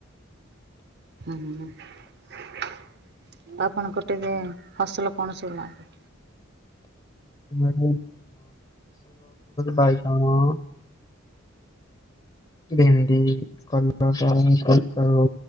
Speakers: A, on the right (about 55°); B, on the left (about 25°).
A: ହୁଁ ହ ହ <inaudible> ଆପଣଙ୍କର ଟିକେ ଫସଲ କଣ ଶୁଣୁନାହାନ୍ତି।
B: <inaudible> ବାଇଗଣ ଭେଣ୍ଡି କଲରା ବୋଇତାଳୁ